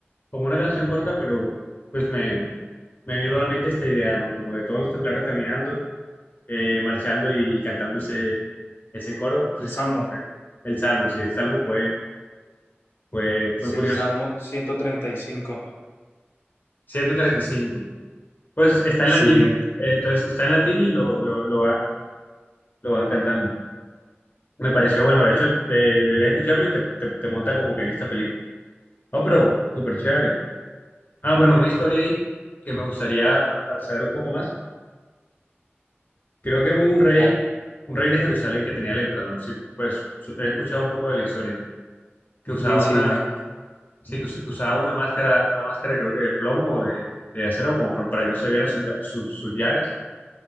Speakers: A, on the left; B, on the left.
A: como una canción corta, pero pues me, me vino a la mente esta idea, ¿no? Como de todos los templarios caminando, eh, marchando y, y cantando ese, ese coro.
B: El Salmo.
A: El salmo, sí, el salmo fue, fue,
B: Es
A: fue curioso.
B: el Salmo ciento treinta y cinco
A: ciento treinta y cinco Pues está
B: Sí,
A: en latín. eh, entonces está en latín y lo, lo, lo van, lo van cantando. Me pareció bueno, de hecho, eh, deberías escucharlo y te, te, te monta como que en esta película. Oh, pero súper chévere. Ah, bueno, una historia ahí que me gustaría ah, saber un poco más Creo que hubo un rey,
B: claro.
A: un rey de Jerusalén que tenía lepra, ¿no? Sí, pues su- he escuchado un poco de la historia, que usaba
B: Di-
A: una,
B: Sí, dime.
A: sí, que us- que usaba una máscara, una máscara creo que de plomo o de, de acero, como por- para que no se vieran sus, ga- sus- sus llagas.